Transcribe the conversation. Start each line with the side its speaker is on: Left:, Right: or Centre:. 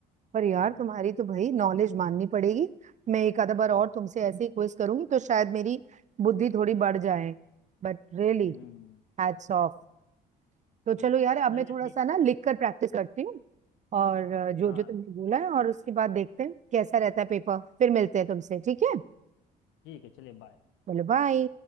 Right: पर यार
Left: हम्म
Right: तुम्हारी तो भाई नॉलेज माननी पड़ेगी मैं एक आधा बार
Left: हम्म
Right: और तुमसे ऐसे ही क्विज करूंगी तो शायद मेरी बुद्धि थोड़ी बढ़ जाए But really
Left: हम्म
Right: hats off तो चलो
Left: हम्म।
Right: यार अब मैं
Left: चलिए
Right: थोड़ा
Left: ठीक
Right: सा
Left: है
Right: ना लिख कर प्रैक्टिस करती हूँ और अ, जो
Left: हाँ
Right: जो तुमने बोला है और उसके बाद देखते हैं कैसा रहता है पेपर फिर मिलते हैं तुमसे ठीक है
Left: ठीक है चलिए बाय
Right: बोलो बाय